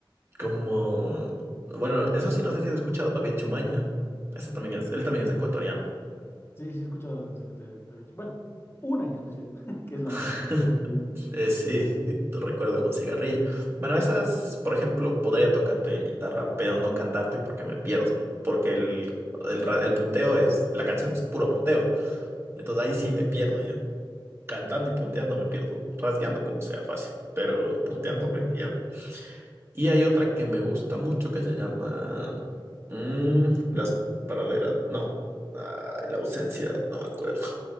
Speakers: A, on the right; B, on the left.
A: Como, bueno, eso sí, no sé si has escuchado David Chumaña. Eso también es, él también es ecuatoriano.
B: Sí, sí, he escuchado las canciones de David. Bueno, una en especial, <laughs> que es la más
A: <laughs>
B: conocida, creo yo.
A: Eh, sí, <laughs> te recuerdo un cigarrillo. Bueno, esas, por ejemplo, podría tocarte en guitarra, pero no cantarte porque me pierdo. Porque el, el, ra- el punteo es, la canción es puro punteo. Entonces ahí sí me pierdo yo. Cantando y punteando me pierdo. Rasgueando como sea fácil, pero punteando me pierdo. Y hay otra que me gusta mucho que se llama mm, Las praderas. No, ay, la ausencia, no me acuerdo.